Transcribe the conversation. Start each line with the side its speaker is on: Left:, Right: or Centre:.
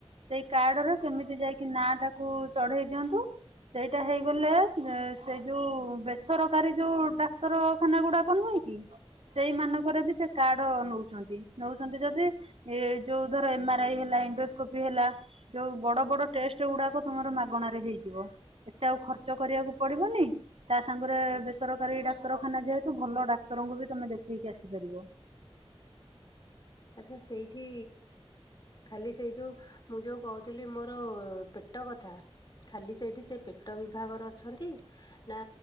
Right: ସେଇ କାର୍ଡ ରେ କେମିତି ଯାଇକି ନା ଟାକୁ ଚଢେଇ ଦିଅନ୍ତୁ। ସେଇଟା ହେଇଗଲେ ସେଇ ଯୋଉ ବେସରକାରୀ ଯୋଉ ଡାକ୍ତରଖାନା ଗୁଡାକ ନୁହେଁ କି? ସେଇମାନାନଙ୍କରେ ବି ସେ କାର୍ଡ ନଉଛନ୍ତି ନଉଛନ୍ତି ଯଦି ଏ ଯୋଉ ଧର ଏମ ଆର ଆଇ ହେଲା ଇଣ୍ଡୋସ୍କୋପି ହେଲା ଯୋଉ ବଡ ବଡ ଟେଷ୍ଟ ଗୁଡାକ ତମର ମାଗଣାରେ ହେଇଯିବ। ଏତେ ଆଉ ଖର୍ଚ୍ଚ କରିବାକୁ ପଡିବନି ତା ସାଙ୍ଗରେ ବେସରକାରୀ ଡାକ୍ତରଖାନା ଯେହେତୁ ଭଲ ଡାକ୍ତରଙ୍କୁ ବି ତମେ ଦେଖେଇକି ଆସିପାରିବ।
Left: ଆଚ୍ଛା ସେଇଠି ଖାଲି ସେଇ ଯେଉ ମୁଁ ଯେୋଉ କହୁଥିଲି ମୋର ପେଟ କଥା ଖାଲି ସେଇ ସେ ପେଟ ବିଭାଗର ଅଛନ୍ତି ନା